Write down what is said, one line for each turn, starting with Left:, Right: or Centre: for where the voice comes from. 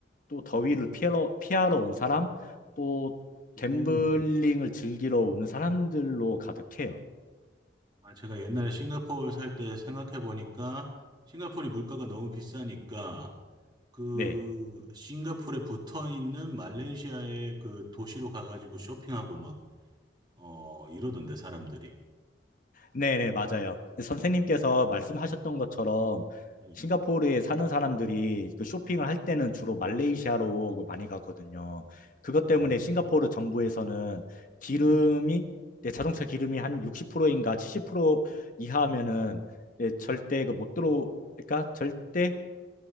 Left: 또 더위를
Right: 음,
Left: 피하러, 피하러 온 사람, 또
Right: 음.
Left: 갬블링을 즐기러 오는 사람들로 가득해요.
Right: 아, 제가 옛날에 싱가포르 살 때 생각해 보니까 싱가포르 물가가 너무 비싸니까 그
Left: 네.
Right: 싱가포르에 붙어 있는 말레이시아의 그 도시로 가가지고 쇼핑하고 막, 어, 이러던데, 사람들이.
Left: 네네, 맞아요. 선생님께서
Right: 음,
Left: 말씀하셨던 것처럼
Right: 음,
Left: 싱가포르에 사는 사람들이 그 쇼핑을
Right: 네.
Left: 할 때는 주로 말레이시아로 그 많이 가거든요. 그것
Right: 어,
Left: 때문에 싱가포르 정부에서는 기름이,
Right: 음,
Left: 네, 자동차 기름이 한 60%인가 70% 이하면은 예, 절대 그 못 들어, 그러니까 절대,